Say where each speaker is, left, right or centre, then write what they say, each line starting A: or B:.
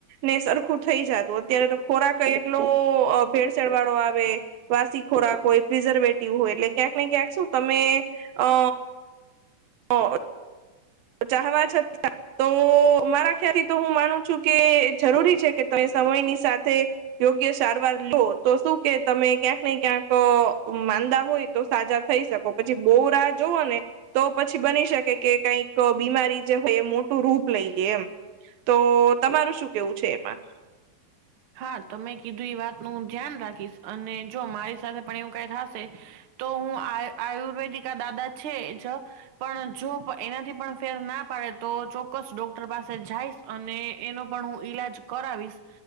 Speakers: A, on the right; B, on the right.
A: ને સરખું થઈ જતું અત્યારે તો ખોરાક એટલો ભેળસેળ વાળો આવે. વાસી ખોરાક હોય પ્રિઝર્વેટિવ હોય એટલે ક્યાંક ને ક્યાંક શું તમે અ. હ તો ચાહવા છ તી આમ તો. તો મારા ખ્યાલથી તો હું માનું છું કે જરૂરી છે કે તમે સમયની સાથે. યોગ્ય સારવાર લો તો શું કે તમે ક્યાંક ને ક્યાંક અ માંદા હોય. તો સાજા થઈ શકો પછી બો રાહ જોુઓ ને તો પછી બની શકે કે કઈક. બીમારી જે હોય એ મોટું રૂપ લઈ લેએ એમ તો તમારું શું કેવું છે એમાં?
B: હા તમે કીધું એ વાતનુંું ધ્યાન રાખીશ અને જો મારી સાથે પણ એવું કઈ થશે. તો હું આ આયુર્વેદિકા દાદા છે જ. પણ જો એનાથી પણ ફેર ના પાડે તો ચોક્કસ ડોક્ટર પાસે જાઈશ. અને એનો પણ હું ઈલાજ કરાવીશ.